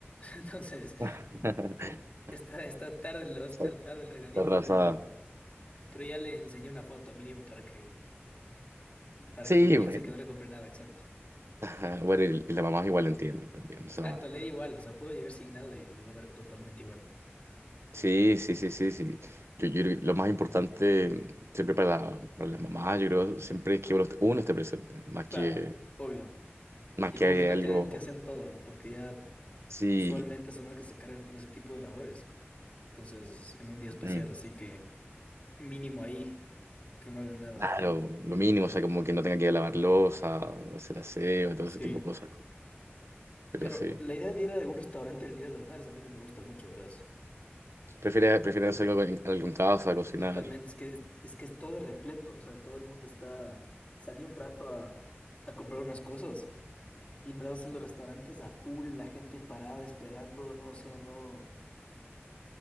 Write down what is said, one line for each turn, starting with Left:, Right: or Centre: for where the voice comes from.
Left: Entonces,
Right: <laughs>
Left: está, está tarde, le va a estar
Right: Está
Left: tarde el regalito,
Right: arrasada.
Left: pero, pero ya le enseñé una foto mínimo para que, para
Right: Sí,
Left: que no piense
Right: bueno.
Left: que no le compré nada, exacto.
Right: Ajá, <laughs> Bueno, y y la mamá igual entiende también, o
Left: Exacto,
Right: sea.
Left: le da igual, o sea, puedo llegar sin nada y le va a dar totalmente igual.
Right: Sí, sí, sí, sí, sí. Yo, yo creo que lo más importante siempre para, para las mamás, yo creo, siempre es que uno, uno esté presente, más que,
Left: Claro, obvio.
Right: más
Left: Y
Right: que
Left: como
Right: haya
Left: que no
Right: algo,
Left: tengan que hacer todo, ¿no? Porque ya
Right: sí,
Left: usualmente son los que se cargan con ese tipo de labores. Entonces, en un día especial,
Right: mm,
Left: así que mínimo ahí, que no hagan nada.
Right: claro, lo mínimo, o sea, como que no tenga que lavar losa, hacer aseo, todo
Left: Sí.
Right: ese tipo de cosas. Pero
Left: Pero
Right: sí,
Left: la idea de ir a algún restaurante el Día de las Madres a mí no me gusta mucho, ¿verdad?
Right: prefiere, prefiere hacer algo en, algo en casa, cocinar.
Left: Totalmente, es que es, que es todo repleto, o sea, todo el mundo está, salí un rato a, a comprar unas cosas, timbrados en los restaurantes a full, la gente parada esperando, no, o sea, no,